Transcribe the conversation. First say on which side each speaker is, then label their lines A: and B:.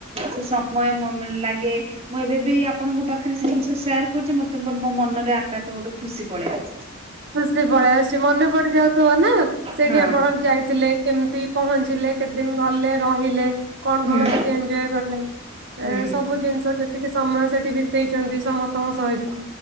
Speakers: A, on the right (about 30°); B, on the right (about 55°).
A: ସେ ସମୟ ମମ ଲାଗେ। ମୁଁ ଏବେ ବିି ଆପଣଙ୍କ ପାଖରେ ସେ ଜିନିଷ ସେୟାର କରୁଛି ମତେ ମୋ ମନରେ ଆପେ ଆପେ ଗୋଟେ ଖୁସି ପଳେଇ ଆସୁଛି। ଚିକ
B: ଖୁସି ପଳେଇ ଆସଛି ମନେ ପଡି ଯାଉଥିବ ନା ସେଇଠି
A: ହଁ
B: ଆପଣ ଜାଇଥିଲେ। କେମିତି ପହଞ୍ଚିଲେ କେତେ ଦିନ ଗଲେ ରହିଲେ କଣ
A: ହୁଁ
B: କଣ ସେଠି ଏନଜୟ କଲେ
A: ହୁଁ
B: ଏ ସବୁ ଜିନିଷ ଯେତିକି ସମୟ ସେଠି ବିତ ତେଇଚନ୍ତି ସମସ୍ତଙ୍କ ସହିତ।